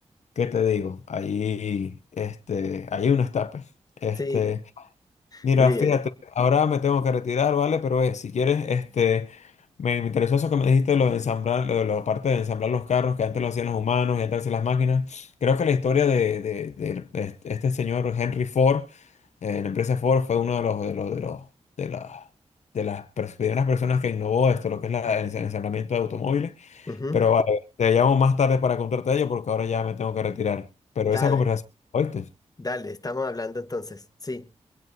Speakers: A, on the left; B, on the left.
A: ¿Qué te digo? Ahí, este, hay unos tapes. Este,
B: Sí,
A: mira,
B: eh,
A: fíjate, ahora me tengo que retirar, ¿vale? Pero eh, si quieres, este, me, me interesó eso que me dijiste, lo de ensamblar, lo de la parte de ensamblar los carros, que antes lo hacían los humanos y antes lo hacían las máquinas. Creo que la historia de, de- de este este señor Henry Ford, eh, la empresa Ford, fue uno de los, de los, de los, de las, de las pers- primeras personas que innovó esto, lo que es la- el ensamblamiento de automóviles.
B: ujú.
A: Pero vale, te llamo más tarde para contarte ello porque ahora ya me tengo que retirar. Pero
B: Dale,
A: esa conversación, ¿oíste?
B: dale, estamos hablando entonces. Sí,